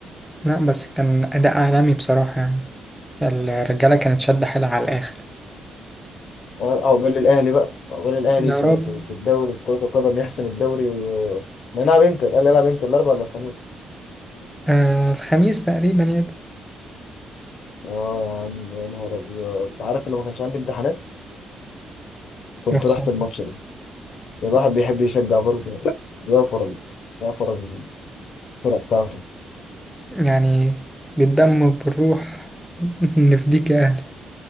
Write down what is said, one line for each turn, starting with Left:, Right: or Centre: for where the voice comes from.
Centre: لا بس كان أداء عالمي بصراحة يعني الرجالة كانت شادة حيلها على الآخر
Left: اه عقبال الاهلي بقى عقبال الاهلي
Centre: يا
Left: في
Centre: رب
Left: في, في الدوري في كرة القدم يحسم الدوري وي... نلعب امتى؟ الاهلي يلعب امتى؟ الاربعاء ولا الخميس؟
Centre: آه الخميس تقريبا يبقى
Left: اه يا عم يا نهار ابيض أنت عارف لو ما كانش عندي امتحانات كنت
Centre: يخسر
Left: رحت الماتش ده بس الواحد بيحب يشجع برضه يوفر ال- يوفر الفرق بتاعته
Centre: يعني بالدم وبالروح <laughs> نفديك يا أهلي